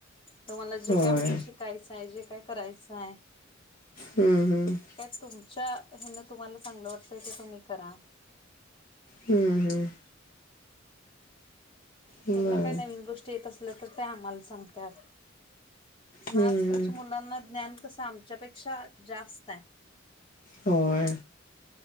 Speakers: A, on the left; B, on the left.
A: तुम्हाला जे
B: होय
A: काय म्हणजे शिकायचं आहे जे काय करायचं हाय
B: हम्म, हम्म.
A: तुमच्या हेन तुम्हाला चांगलं वाटत ते तुम्ही करा
B: हम्म, हम्म. हम्म
A: त्यांना
B: बर
A: काय नवीन गोष्टी येत अस तर ते आम्हाला सांगतात.
B: हम्म
A: आज कालच्या
B: हम्म
A: मुलांना ज्ञान कसं आमच्यापेक्षा जास्त आहे.
B: होय